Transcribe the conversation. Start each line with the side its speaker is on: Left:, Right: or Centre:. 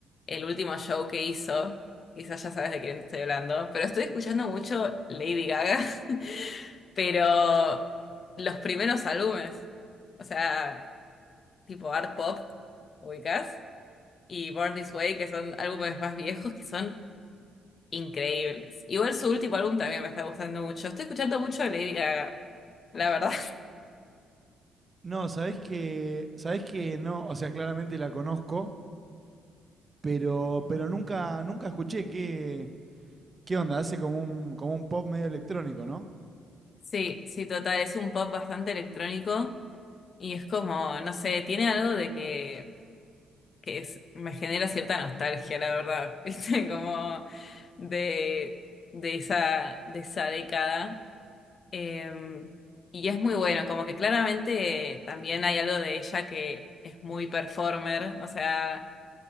Left: el último show que hizo. Quizás ya sabes de quién te estoy hablando, pero estoy escuchando mucho Lady Gaga, <laughs> pero los primeros álbumes, o sea, tipo Art Pop, ubicás, y Born This Way, que son álbumes más viejos, que son increíbles. Igual su último álbum también me está gustando mucho. Estoy escuchando mucho Lady Gaga, la verdad. <laughs>
Right: No, sabés que, sabés que no, o sea, claramente la conozco, pero, pero nunca, nunca escuché qué, ¿Qué onda? Hace como un, como un pop medio electrónico, ¿no?
Left: Sí, sí, total, es un pop bastante electrónico. Y es como, no sé, tiene algo de que, que es- me genera cierta nostalgia, la verdad, <laughs> ¿viste? Como de, de esa, de esa década. Eh, y es muy bueno, como que claramente también hay algo de ella que es muy performer, o sea,